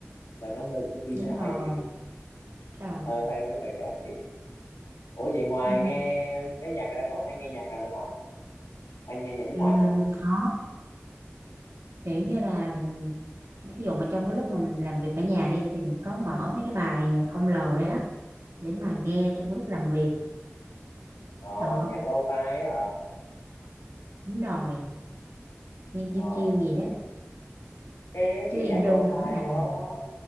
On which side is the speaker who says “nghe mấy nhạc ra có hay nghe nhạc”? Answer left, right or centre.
Left